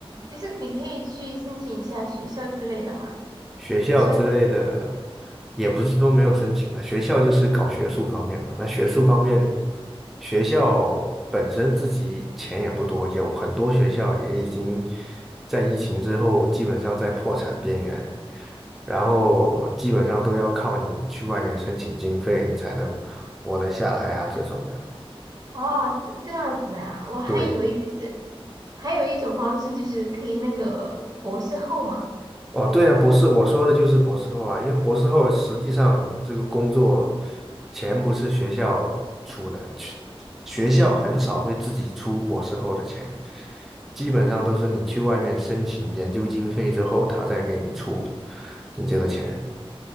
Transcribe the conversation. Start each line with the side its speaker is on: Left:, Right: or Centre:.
Right: 其实你可以去申请一下学校之类的嘛，
Centre: 学校之类的，
Right: 学校之类
Centre: 也不是说没有申请了，学校就是搞学术方面嘛。那学术方面，学校本身自己钱也不多，有很多学校也已经在疫情之后基本上在破产边缘，然后基本上都要靠你去外面申请经费，你才能活得下来啊，这种的。
Right: 哦，这这样子的啊，我还以为就是
Centre: 对。
Right: 还有一种方式就是可以那个博士后嘛。
Centre: 哦，对啊，博士，我说的就是博士后啊，因为博士后实际上这个工作钱不是学校出的，去学校很少会自己出博士后的钱，基本上都是你去外面申请研究经费之后，他再给你出你这个钱。